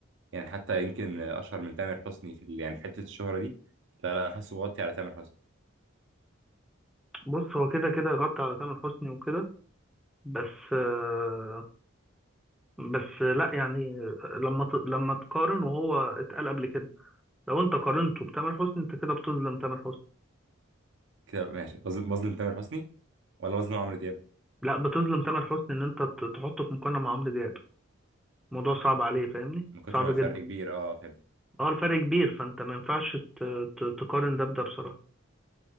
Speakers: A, on the right (about 65°); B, in the centre.
A: يعني حتى يمكن اشهر من تامر حسني في ال- يعني في حته الشهره دي لا لا انا حاسه بغطي على تامر حسني
B: بص هو كده كده غطى على تامر حسني وكده بس آه، بس لا يعني لما ت- لما تقارن وهو اتقال قبل كده لو انت قارنته بتامر حسني انت كده بتظلم تامر حسني
A: كده ماشي بظلم بظلم تامر حسني ولا بظلم عمرو دياب
B: لا بتظلم تامر حسني ان انت ت- تحطه في مقارنة مع عمرو دياب الموضوع صعب عليه فاهمني
A: من كتر
B: صعب
A: ما الفرق
B: جدا
A: كبير اه فهمت
B: اه الفرق كبير فانت ما ينفعش ت- ت- تقارن ده بده بصراحة